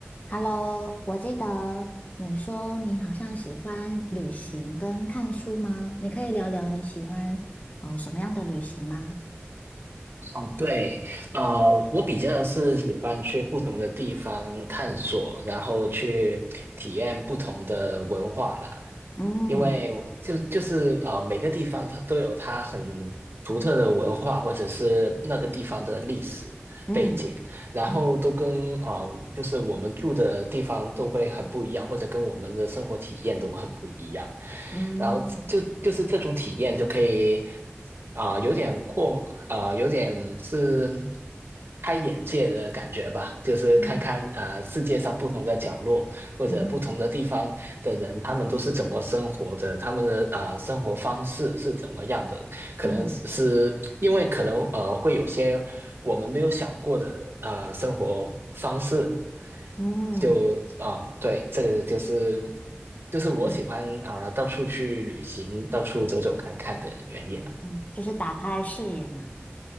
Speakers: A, on the left; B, on the right.
A: Hello，我记得你说你好像喜欢旅行跟看书吗？你可以聊聊你喜欢呃什么样的旅行吗？
B: 哦，对，呃，我比较是喜欢去不同的地方探索，然后去体验不同的文化啦。
A: 嗯
B: 因为我就就是呃，每个地方它都有它很独特的文化，或者是那个地方的历史背景，
A: 嗯
B: 然后都跟啊、
A: 嗯
B: 呃就是我们住的地方都会很不一样，或者跟我们的生活体验都很不一样，
A: 嗯
B: 然后就就是这种体验就可以啊、有点过啊、有点是开眼界的感觉吧，就是看看啊、
A: 嗯
B: 世界上不同的角落。或者不同的地方的人，
A: 嗯
B: 他们都是怎么生活的，他们的呃生活方式是怎么样的？可能是因为可能呃会有些我们没有想过的呃生活方式，
A: 嗯嗯
B: 就啊、对，这个就是就是我喜欢啊、
A: 嗯
B: 到处去旅行，到处走走看看的原因了。
A: 嗯，就是打开视野嘛，